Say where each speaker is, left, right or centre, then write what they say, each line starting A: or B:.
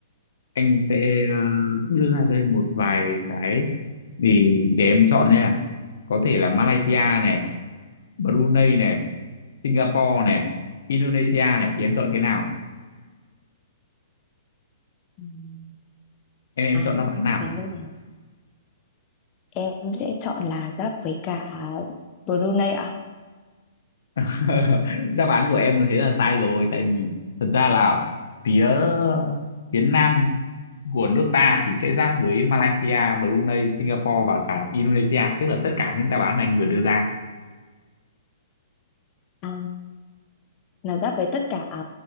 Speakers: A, on the left; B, on the left.
A: anh sẽ ờ, đưa ra cho em một vài cái thì để em chọn nha có thể là Malaysia này Brunei này Singapore này Indonesia này thì em chọn cái nào
B: Ừm.
A: em em
B: À,
A: chọn đáp án nào
B: thế nhưng mà em sẽ chọn là giáp với cả Brunei
A: <laughs> đáp án của em thế là sai rồi tại vì thật ra là phía phía nam của nước ta thì sẽ giáp với Malaysia, Brunei, Singapore và cả Indonesia tức là tất cả những đáp án mà anh vừa đưa ra
B: À, là giáp với tất cả ờ,